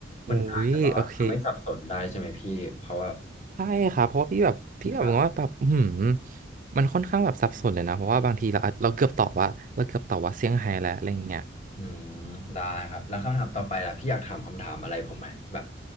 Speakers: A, on the right; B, on the left.
A: อุ้ยโอเค
B: มันก็อาจจะแบบว่าทำให้สับสนได้ใช่ไหมพี่เพราะว่า
A: ใช่ครับเพราะว่าพี่แบบพี่แบบว่าแบบอื้อหืม
B: ที่จะ
A: มันค่อนข้างแบบสับสนเลยนะเพราะว่าบางทีเราอาจเราเกือบตอบว่าเราเกือบตอบว่าเซี่ยงไฮ้แล้วอะไรอย่างเงี้ย
B: อืมได้ครับแล้วคำถามต่อไปล่ะพี่อยากถามคำถามอะไรผมไหมแบบ